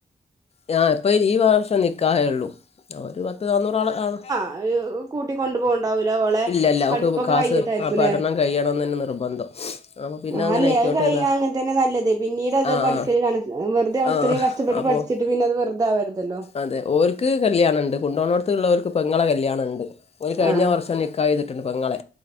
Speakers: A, on the left (about 40°); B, on the right (about 20°).
A: ഞാ ഇപ്പ ഈ വർഷം നിക്കാഹേള്ളൂ. ഒരു പത്ത് നാന്നൂറാളെ ആള്.
B: അത് കൂട്ടിക്കൊണ്ടുപോ ണ്ടാവുലാ ഓളെ.
A: ഇല്ല ല്ലാ
B: പഠിപ്പൊക്കെ
A: ഓക്ക് കാസ്
B: കഴിഞ്ഞിട്ടായിരിക്കുംല്ലേ
A: ആ പഠന കയ്യണന്നെന്നെ നിർബന്ധം. അപ്പോൾ പിന്നെ
B: ആ
A: അങ്ങനെ
B: അല്ലെ
A: ആയിക്കോട്ടെ
B: അത് കഴിഞ്ഞ
A: എന്ന്
B: അങ്ങനെ തന്നെ നല്ലത്. പിന്നീട് അത്
A: ആ
B: പഠിക്കല്
A: ആ
B: കണ വെർതെ നമ്മള്
A: ആ
B: ഇത്രിം കഷ്ടപ്പെട്ട്
A: അപ്പോൾ
B: പടി ച്ച്ട്ട് പിന്നത് വെർതെ ആവര്തല്ലോ.
A: അതെ ഓൽക്ക് കല്യാണണ്ട്. കെണ്ടോണോട്ത്തുള്ളോൽക്ക് പെങ്ങളെ കല്യാണണ്ട്. ഓല് കഴിഞ്ഞ
B: ആഹ്
A: വർഷം നിക്കാ ക്കായ്തിട്ട്ണ്ട് പെങ്ങളെ.